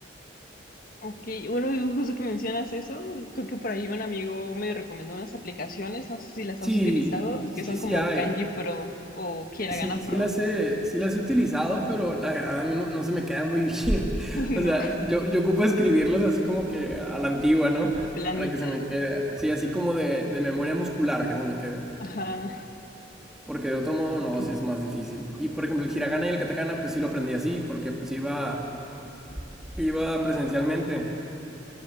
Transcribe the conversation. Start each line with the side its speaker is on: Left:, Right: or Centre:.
Left: ok, bueno, justo que mencionas eso, creo que por ahí un amigo me recomendó unas aplicaciones, no sé si las
Centre: Sí,
Left: has utilizado,
Centre: sí,
Left: que son
Centre: sí
Left: como
Centre: hay.
Left: Kanji Pro o Hiragana
Centre: Sí, sí
Left: Pro,
Centre: las he, sí las he utilizado, pero la verdad a mí no, no se me queda muy bien. <laughs>
Left: <laughs>
Centre: O sea,
Left: ¿no?
Centre: yo, yo ocupo escribirlos así como que a la antigua, ¿no?
Left: Planita.
Centre: Para que se me quede. Sí, así como de, de memoria muscular que se me quede.
Left: Ajá,
Centre: Porque de otro modo
Left: ok,
Centre: no, sí es más difícil. Y por ejemplo, el hiragana y el katakana, pues sí lo aprendí así, porque pues iba, iba presencialmente.